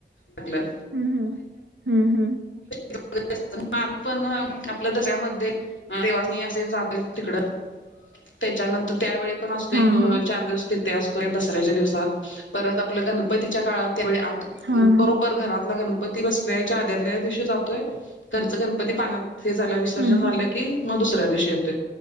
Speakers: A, on the left; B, on the right.
A: म्हटलं
B: हम्म हम् हम्म हम्म.
A: ग आम्ही पण आपल्या दसऱ्यामध्ये सवानी असे जाते तिकड. त्याच्यानंतर त्यावेळी णतो
B: हा हा
A: चार दिवस तिथे असतो दसऱ्याच्या दिवसात परत आपलं गणपतीच्या काळात त्यावेळी आठ
B: हा
A: बरोबर
B: हा
A: घरातला गणपती बसल्याच्या आद्याल्या दिव जातोय घरच गणपती पाण्यात हे झालं विसर्जन
B: हम्म हम्म
A: झालं की मग दुसऱ्या येत